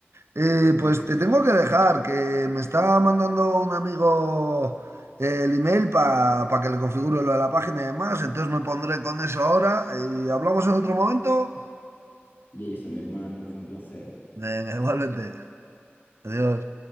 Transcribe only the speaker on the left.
Sí,
sí.
Listo, mi hermano. Fue un placer.